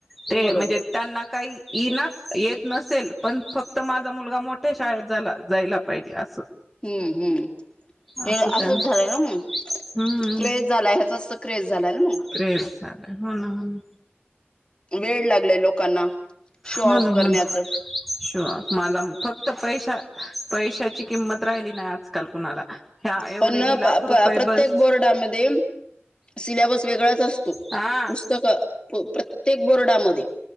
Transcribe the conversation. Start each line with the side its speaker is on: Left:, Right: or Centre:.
Centre: ते
Left: बरोबर
Centre: म्हणजे त्यांना काही ईनाच येत नसेल पण फक्त माझा मुलगा मोठ्या शाळेत झाला जायला पाहिजे असं
Left: हम हम हे
Centre: असं
Left: असंच
Centre: त्यांच
Left: झालंय ना मग
Centre: हम्म
Left: क्रेझ झालाय ह्याचा तर क्रेझ झालाय ना मग
Centre: क्रेज हो ना हो ना
Left: वेड लागलय लोकांना शो ऑफ
Centre: हो ना हो
Left: करण्याच
Centre: ना शोअप माझा फक्त पैशा पैशाची किंमत राहिली नाही आजकाल कुणाला ह्या एवढे
Left: पण
Centre: मी लाखो
Left: प प
Centre: रुपये
Left: प्रत्येक
Centre: बस
Left: बोर्डामध्ये सिलॅबस वेगळाच असतो,
Centre: हा
Left: पुस्तकं प्रत्येक बोर्डामध्ये